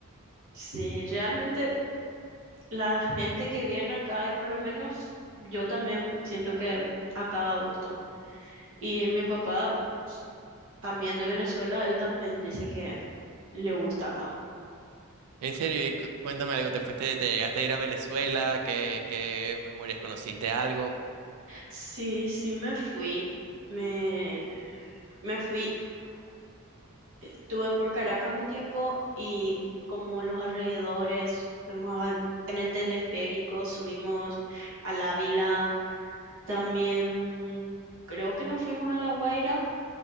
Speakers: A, on the right; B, on the right.
A: Sí, realmente la gente que viene acá, y por lo menos yo también siento que acaba a gusto. Y mi papá también de Venezuela, él también dice que le gusta acá.
B: En serio, y cu- cuéntame algo, ¿te fuiste, te llegaste a ir a Venezuela? ¿Qué, qué memorias conociste algo?
A: Sí, sí me fui. Me, me fui Estuve por Caracas un tiempo y como los alrededores, fuimos al- en el teleférico, subimos al Ávila, también creo que nos fuimos a La Guaira,